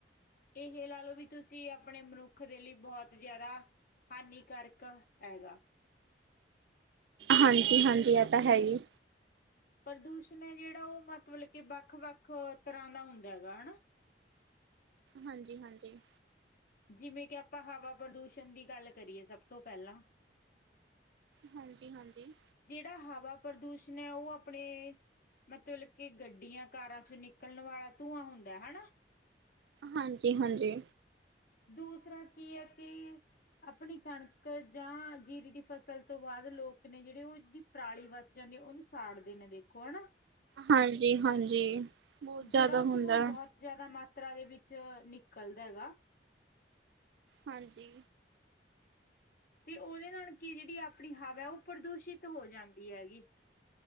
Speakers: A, on the left; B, on the right.
A: ਏਹੈ ਲਾ ਲੋ ਵੀ ਤੁਸੀਂ ਆਪਣੇ ਮਨੁੱਖ ਦੇ ਲੀ ਬੋਹਤ ਜਾਦਾ ਹਾਨੀ ਕਾਰਕ ਹੈਗਾ।
B: ਹਾਂਜੀ-ਹਾਂਜੀ ਐ ਤਾਂ ਹੈ ਹੀ।
A: ਪ੍ਰਦੂਸ਼ਣ ਏ ਜੇੜਾ ਉ ਮਤਲਬ ਕਿ ਵੱਖ-ਵੱਖ ਤਰ੍ਹਾਂ ਦਾ ਹੁੰਦੈ ਹੈਗਾ ਹਨਾ।
B: ਹਾਂਜੀ-ਹਾਂਜੀ।
A: ਜਿਵੇਂ ਕਿ ਆਪਾਂ ਹਵਾ ਪ੍ਰਦੂਸ਼ਣ ਦੀ ਗੱਲ ਕਰੀਏ ਸਭ ਤੋਂ ਪੈਲਾਂ
B: ਹਾਂਜੀ-ਹਾਂਜੀ।
A: ਜੇੜਾ ਹਵਾ ਪ੍ਰਦੂਸ਼ਣ ਏ ਉ ਆਪਣੇ ਮਤਲਬ ਕਿ ਗੱਡੀਆਂ ਕਾਰਾਂ ਚੋਂ ਨਿਕਲਣ ਵਾਲਾ ਧੂੰਆਂ ਹੁੰਦੈ ਹਨਾ।
B: ਹਾਂਜੀ-ਹਾਂਜੀ।
A: ਦੂਸਰਾ ਕੀ ਏ ਕਿ ਆਪਣੀ ਕਣਕ ਜਾਂ ਜੀਰੀ ਦੀ ਫਸਲ ਤੋਂ ਬਾਦ ਲੋਕ ਨੇ ਜੇੜੇ ਉ ਜਿਹੜੀ ਪਰਾਲੀ ਵੱਧ ਜਾਂਦੀ ਏ, ਉਨੂੰ ਸਾੜਦੇ ਨੇ ਦੇਖੋ ਹਨਾ।
B: ਹਾਂਜੀ-ਹਾਂਜੀ। ਬਹੁਤ ਜ਼ਿਆਦਾ
A: ਜੇੜਾ ਉ
B: ਹੁੰਦਾ
A: ਧੂੰਏ ਬੋਤ
B: ਐ।
A: ਜਾਦਾ ਮਾਤਰਾ ਦੇ ਵਿੱਚ ਨਿਕਲਦਾ ਹੈਗਾ।
B: ਹਾਂਜੀ।
A: ਤੇ ਉਦੇ ਨਾਲ ਕੀ ਜੇੜੀ ਆਪਣੀ ਹਵਾ ਉ ਪ੍ਰਦੂਸ਼ਿਤ ਹੋ ਜਾਂਦੀ ਹੈਗੀ।